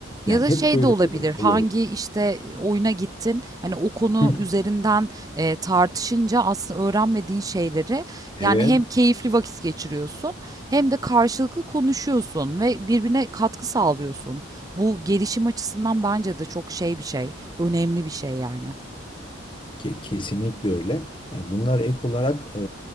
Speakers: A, on the left; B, on the right.
A: Yani
B: Ya da
A: hep
B: şey
A: böyle
B: de olabilir,
A: bir
B: hangi
A: olay.
B: işte oyuna gittin, hani o konu
A: Hı.
B: üzerinden
A: <laughs>
B: eee, tartışınca aslında öğrenmediğin şeyleri
A: Evet.
B: yani hem keyifli vakit geçiriyorsun hem de karşılıklı konuşuyorsun ve birbirine katkı sağlıyorsun. Bu gelişim açısından bence de çok şey bir şey, önemli bir şey yani.
A: Ke- Kesinlikle öyle. E, Bunlar ek olarak e,